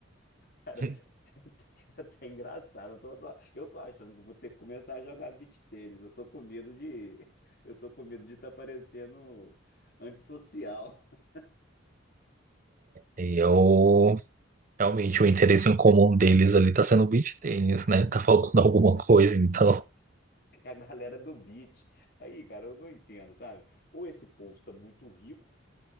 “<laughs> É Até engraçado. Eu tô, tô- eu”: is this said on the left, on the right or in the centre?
Left